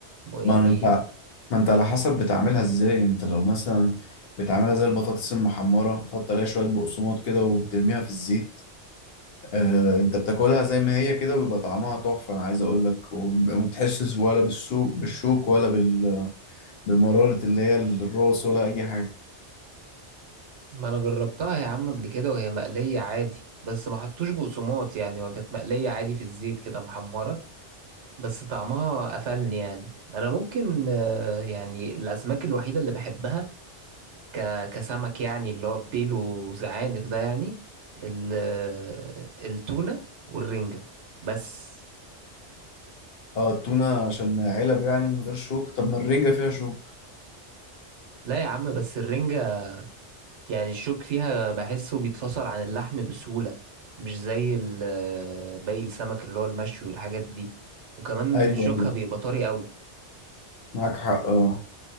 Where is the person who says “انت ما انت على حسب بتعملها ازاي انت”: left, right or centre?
Left